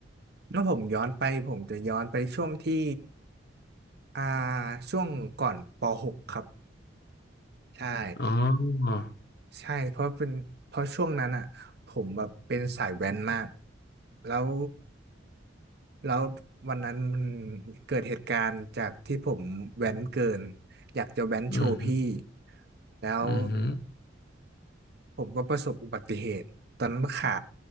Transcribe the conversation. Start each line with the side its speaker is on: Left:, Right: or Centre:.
Right: ถ้าผมย้อนไปผมจะย้อนไปช่วงที่อ่าช่วงก่อนปหกครับใช่
Left: อ๋อ
Right: ใช่เพราะเป็นเพราะช่วงนั้นอ่ะผมแบบเป็นสายแว้นมากแล้ว แล้ววันนั้นมันเกิดเหตุการณ์จากที่ผมแว้นเกินอยากจะแว้นโชว์พี่
Left: อืม
Right: แล้ว
Left: อือฮึ
Right: ผมก็ประสบอุบัติเหตุตอนนั้นขา